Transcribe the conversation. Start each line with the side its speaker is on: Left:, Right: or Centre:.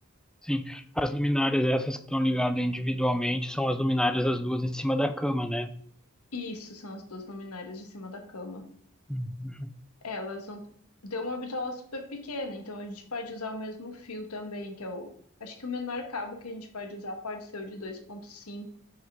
Centre: sim. As luminárias essas que estão ligadas individualmente são as luminárias as duas em cima da cama, né?
Left: Isso são as duas luminárias de cima da cama.
Centre: Uhum.
Left: Elas vão. Deu uma bitola super pequena, então a gente pode usar o mesmo fio também, que é o. Acho que o menor cabo que a gente pode usar pode ser o de 2,5.